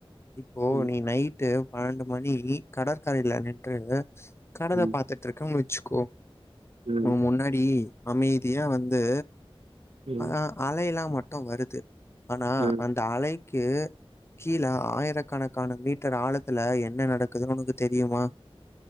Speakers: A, on the left (about 25°); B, on the right (about 75°).
A: இப்போ
B: ம்,
A: நீ நைட் ட்டு பன்னெண்டு மணி கடற்கரையில நின்று கடல
B: ம்,
A: பாத் த்துட்ருக்க வச்சுக்கோ
B: ம்,
A: உ முன்னாடி அமைதியா வந்து
B: ம்,
A: ஆனா அலை எல்லா மட்டு வருது ஆனா
B: ம்.
A: அந்த அலை கு கீழ ஆயிரக்கணக்கான மீட்டர் ஆழத்துல என்ன நடக்குதுன்னு உனக்கு தெரியுமா